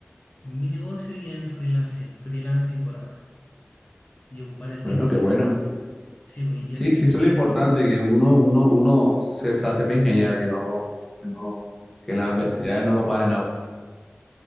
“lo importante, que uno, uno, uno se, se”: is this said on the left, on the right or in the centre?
Centre